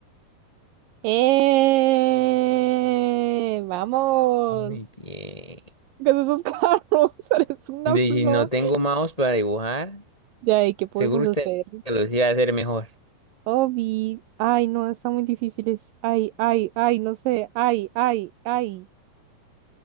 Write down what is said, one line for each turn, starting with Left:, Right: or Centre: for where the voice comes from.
Right: ¡Eh! ¡Vamos!
Left: muy bien.
Right: <laughs> Con esos carros, <laughs> eres una
Left: De,
Right: flor.
Left: si no tengo mouse para dibujar,
Right: Ya, ¿y qué podemos
Left: seguro usted
Right: hacer?
Left: lo iba a hacer mejor.
Right: Obi, ay, no, está muy difícil. es- Ay, ay, ay, no sé. Ay, ay, ay. <laughs>